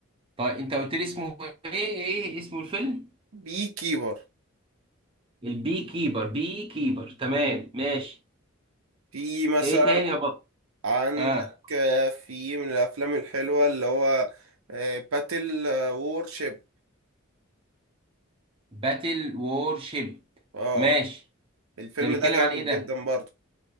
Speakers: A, on the right (about 25°); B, on the right (about 85°).
A: طيب انت قلت لي اسمه ايه ايه اسمه الفيلم
B: بي كيبر
A: البي كيبر بي كيبر تمام ماشي
B: في مثلا
A: ايه تاني يا بطل
B: عندك
A: اه
B: آه، في من الافلام الحلوه اللي هو باتل وورشيب
A: باتل وور شيب
B: اه
A: ماشي
B: الفيلم
A: ده بيتكلم
B: ده جامد
A: عن ايه ده
B: جدا برضه